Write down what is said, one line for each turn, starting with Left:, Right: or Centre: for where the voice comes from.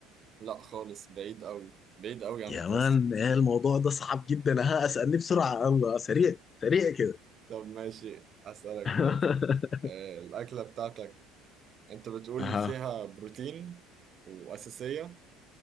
Right: لا خالص بعيد قوي بعيد قوي عن
Left: يا
Right: الباستا
Left: مان إيه الموضوع ده صعب جدا ها اسألني بسرعة الله سريع سريع كده
Right: طب ماشي اسالك
Left: <laughs>
Right: دلوقتي آه، الاكله بتاعتك انت بتقول
Left: اها
Right: فيها بروتين واساسيه